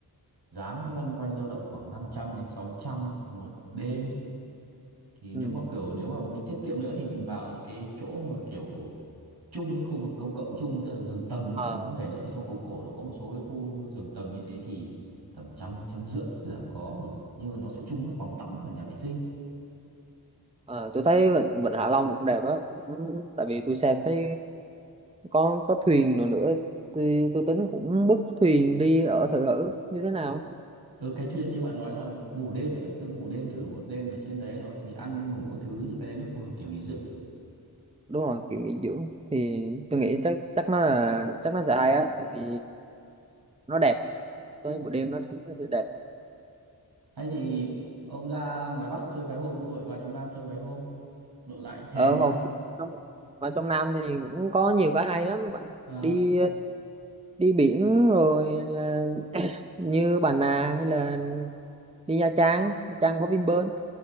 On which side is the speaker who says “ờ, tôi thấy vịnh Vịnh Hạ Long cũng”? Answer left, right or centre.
Right